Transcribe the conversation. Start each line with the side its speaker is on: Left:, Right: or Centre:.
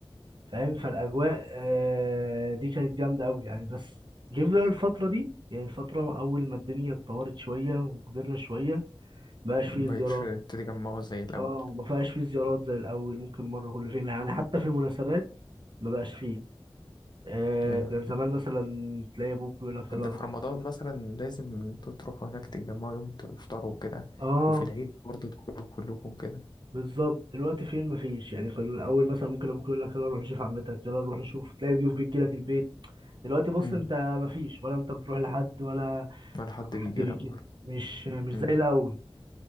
Right: فاهم فالأجواء آه، دي كانت جامدة أوي يعني بس جيب بقى الفترة دي يعني الفترة أول ما الدنيا اتطورت شوية وكبرنا شوية مبقاش فيه
Left: مبقتش
Right: زيارات
Left: تتجمعوا زي الأول
Right: اه ما فيهاش فيه زيارات زي الأول ممكن مرة كل فين يعني حتى في المناسبات ما بقاش فيه آه،
Left: ياه.
Right: كان زمان مثلا تلاقي ابوك يقول لك يلا
Left: ده في
Right: نروح
Left: رمضان
Right: نزور
Left: مثلا لازم انتوا تروحوا هناك تتجمعوا يوم تفطروا وكده
Right: اه
Left: وفي العيد برضه تخرجوا كلكم كده
Right: بالظبط دلوقتي فين مفيش يعني كان الاول مثلا ممكن ابوك يقول لك يلا نروح نشوف عمتك يلا نروح نشوف تلاقي ضيوف بتجي لك البيت دلوقتي بص
Left: امم
Right: انت مفيش ولا انت بتروح لحد ولا
Left: ولا حد
Right: حد
Left: بيجي
Right: بيجي
Left: لك برضه
Right: لك مش مش
Left: امم
Right: زي الاول